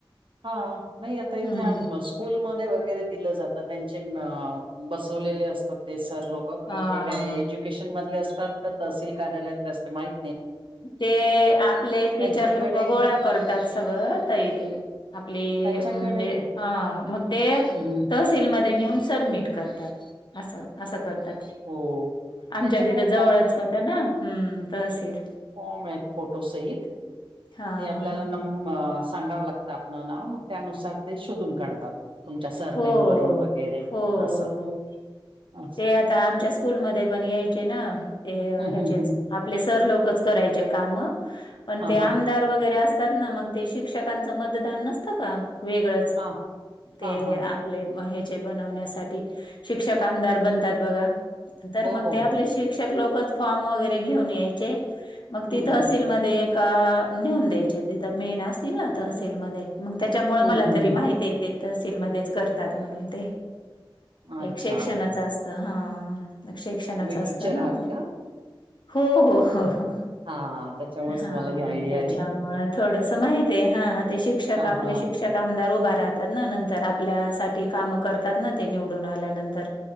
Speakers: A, on the right (about 70°); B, on the left (about 55°).
A: हा नाही आता
B: हम्म
A: इथे आम्ही. <unintelligible> स्कूलमध्ये वगैरे दिलं जातं त्यांचे बसवलेले असतात. ते सरलोक आता
B: हा
A: ते काय एज्युकेशन मधले असतात का तहसील कार्यालयातले असतात माहीत.
B: ते आपले टीचर
A: त्यांच्याकडे
B: लोक गोळा कर सगळ <unintelligible> आप म्हणजे,
A: त्यांच्याकडे
B: हा मंग ते
A: हम्म,
B: तस सील मध्ये नेऊन सबमिट करतात. अस अस करतात.
A: हो
B: आमच्या
A: त्यांच्याकडे
B: तिथं जवळच होत ना, हम्म. तहसील.
A: फॉर्मेत फोटो सहित.
B: हा
A: ते आपल्याला
B: हा
A: नम सांगावं लागतं. त्यातन नाव मग त्यानुसार ते शोधून काढतात. तुमच्या सरनेम
B: हो.
A: वरून वगैरे
B: हो
A: असं
B: हो.
A: हम्म
B: ते आता आमच्या स्कूलमध्ये पण यायचे ना. ते
A: हम्म
B: ह्याचेच.
A: हम्म
B: आपले सर लोकच करायचे काम. पण
A: हा
B: ते
A: हा
B: आमदार वगैरे असतात ना मग, ते शिक्षकांचं मतदान नसतं का? वेगळंच?
A: हा.
B: ते
A: हा हा
B: आपले ह्याचे बनवण्यासाठी. शिक्षक आमदार बनतात बघा? तर
A: हो
B: मग
A: हो
B: ते आपले
A: हो
B: शिक्षक लोकच, फॉर्म वगैरे घेऊन यायचे. मग
A: हम्म
B: ती तहसीलमध्ये
A: हम्म
B: का नेऊन द्यायची. तिथ मेन असतील ना तहसीलमध्ये. मग त्याच्यामुळे
A: हम्म
B: मला
A: हम्म
B: तरी
A: हम्म
B: माहितीय ते. तहसीलमध्येच करतात म्हणून ते.
A: अच्छा
B: एक शे्षणाच असत हा. शिक्षणाच
A: तुम्ही
B: असत
A: टीचर
B: ना
A: आहात
B: ते?
A: का
B: हो हो. हो हो.
A: हा त्याच्यामुळेच
B: हा
A: तुम्हाला ही आयडिया
B: त्याच्यामुळे
A: आहे
B: थोडस माहिते. हा. ते शिक्षक
A: हा
B: आपले
A: हा
B: शिक्षक कामगार उभा राहतात ना. नंतर आपल्या साठी कामं करतात ना ते निवडून आल्यानंतर.